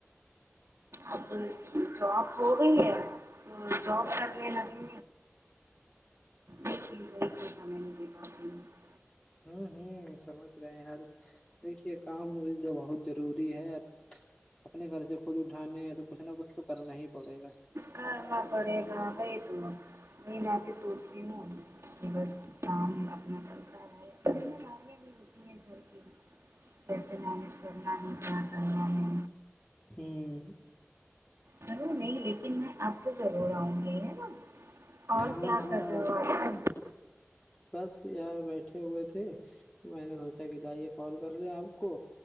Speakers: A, on the right; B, on the left.
A: اب جاب ہو گئی ہے تو جاب کرنے ل یہ چز تھا میں نے دیکا <unintelligible>
B: ہوں ہوں سمجھ رہے ہیںر دیکھیے کام مے بہت ضروری ہے ا اپنے گھر سے خود اٹھانے ہیں تو کچھ نہ کچھ تو کرنا ہی پڑے گا
A: کرنا پڑے گا بئی ت نہیں میں بھی سوچتی ہوں کہ بس کام اپنا چلتا رہا ہوتی ہے گھر کی کیسے مینج کرنا ہے کیا کرنا ہے
B: ہوں
A: ضرور نہیں لیکن میں اب تو ضرور آؤں گی ہے نا اور
B: ہاں
A: کیا
B: ہاں
A: کر <unintelligible>
B: بس یار بیٹھے ہوئے تھے میں نے سوچ اچھا کہتائیے کال کر لیں آپ کو